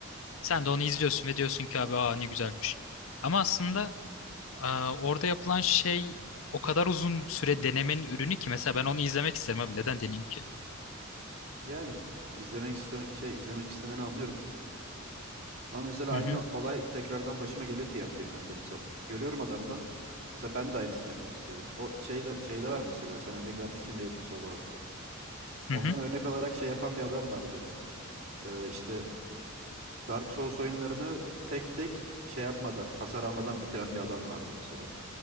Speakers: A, on the left; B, on the right.
A: Sen
B: Hı hı.
A: de onu izliyorsun ve diyorsun ki abi aa ne güzelmiş. Ama aslında aa, orada yapılan şey o kadar uzun süre denemenin ürünü ki mesela ben onu izlemek isterim abi neden deneyeyim ki?
B: Yani izlemek istemek şey izlemek istemeni anlıyorum. Ama mesela
A: Hı
B: aynı
A: hı
B: olay tekrardan başıma geliyor TFT oynarken mesela görüyorum adamdan. Mesela ben de aynısını yapmak istiyorum. O şeyde şeyde var mesela sen örnek vermiştin Millet mi Solo var. Ondan
A: hı hı.
B: örnek alarak şey yapan bir adam vardı. Ee, işte Dark Souls oyunlarını tek tek şey yapmadan, hasar almadan bitiren bir adam vardı mesela.